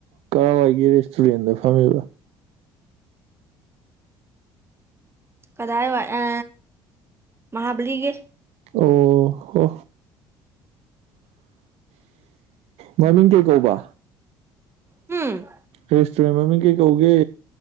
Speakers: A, on the right (about 65°); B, on the right (about 20°).
A: ꯀꯥꯔꯋꯥꯏꯒꯤ ꯔꯦꯁꯇꯨꯔꯦꯟꯗ ꯐꯝꯃꯤꯕ
B: ꯀꯗꯥꯏ ꯋꯥꯏ ꯑ ꯃꯥꯍꯥꯕꯂꯤꯒꯤ
A: ꯑꯣ ꯍꯣ ꯃꯃꯤꯡ ꯀꯩ ꯀꯧꯕ
B: ꯍꯨꯝ
A: ꯔꯦꯁꯇꯨꯔꯦꯟ ꯃꯃꯤꯡ ꯀꯩ ꯀꯧꯒꯦ